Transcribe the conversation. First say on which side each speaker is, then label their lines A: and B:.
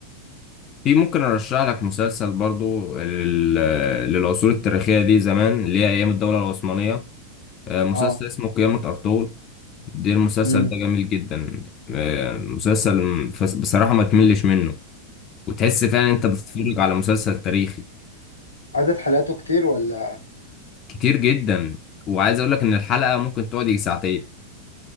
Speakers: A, on the left; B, on the left.
A: في ممكن ارشح لك مسلسل برضو لل- للعصور التاريخيه دي زمان اللي هي ايام الدوله العثمانيه آه، مسلسل
B: اه
A: اسمه قيامه ارطغرل ده المسلسل
B: امم
A: ده جميل جدا آه، مسلسل م- فس- بصراحه ما تملش منه وتحس فعلا انت بتتفرج على مسلسل تاريخي
B: عدد حلقاته كتير ولا
A: كتير جدا وعايز اقول لك ان الحلقه ممكن تقعد يجي ساعتين